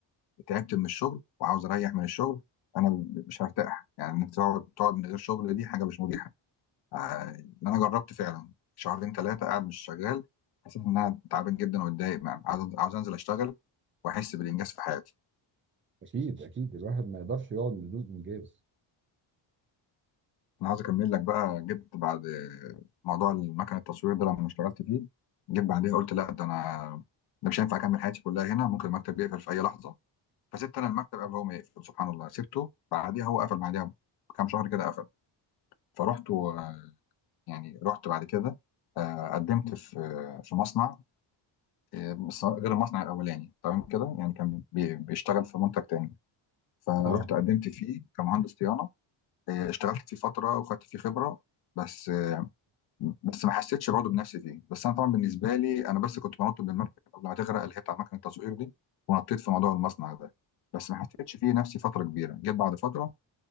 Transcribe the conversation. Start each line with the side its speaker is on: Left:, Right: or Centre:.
Left: تعبت من الشغل وعاوز اريح من الشغل انا مش هرتاح يعني انك تقعد تقعد من غير شغل دي حاجة مش مريحة آه، ان انا جربت فعلا شهرين ثلاثة قاعد مش شغال حسيت ان انا تعبان جدا ومتضايق مع- عاوز عاوز انزل اشتغل واحس بالانجاز في حياتي
Right: اكيد اكيد الواحد ما يقدرش يقعد بدون انجاز
Left: انا عاوز اكمل لك بقى جبت بعد موضوع المكن التصوير ده لما اشتغلت فيه جيت بعديها قلت لا ده انا ده مش هينفع اكمل حياتي كلها هنا ممكن المكتب يقفل في اي لحظة فسبت انا المكتب قبل هو ما يقفل سبحان الله سبته بعديها هو قفل بعديها بكام شهر كده قفل فرحت و- يعني رحت بعد كده آه، قدمت في في مصنع آه، بس غير المصنع الاولاني تمام كده يعني كان بي- بيشتغل في منتج تاني فرحت
Right: اه
Left: قدمت فيه كمهندس صيانه آه، اشتغلت فيه فتره وخدت فيه خبره بس آه، بس ما حسيتش برضه بنفسي فيه بس انا طبعا بالنسبه لي انا بس كنت بنط من المركب قبل ما تغرق اللي هي بتاع مكنه التصوير دي ونطيت في موضوع المصنع ده بس ما حسيتش فيه نفسي فتره كبيره جيت بعد فتره